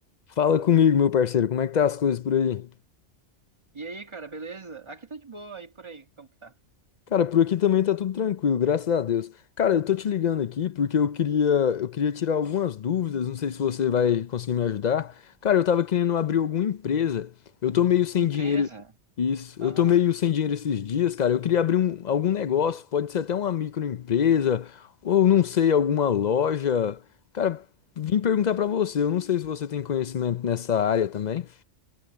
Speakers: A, on the left; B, on the right.
A: Fala comigo, meu parceiro, como é que tá as coisas por aí?
B: E aí, cara, beleza? Aqui tá de boa, aí por aí, como que tá?
A: Cara, por aqui também tá tudo tranquilo, graças a Deus. Cara, eu tô te ligando aqui porque eu queria, eu queria tirar algumas dúvidas, não sei se você vai conseguir me ajudar. Cara, eu tava querendo abrir alguma empresa. Eu tô meio sem
B: Empresa?
A: dinheiro. Isso,
B: Aham.
A: eu tô meio sem dinheiro esses dias, cara. Eu queria abrir um, algum negócio, pode ser até uma microempresa ou não sei, alguma loja. Cara, vim perguntar pra você, eu não sei se você tem conhecimento nessa área também.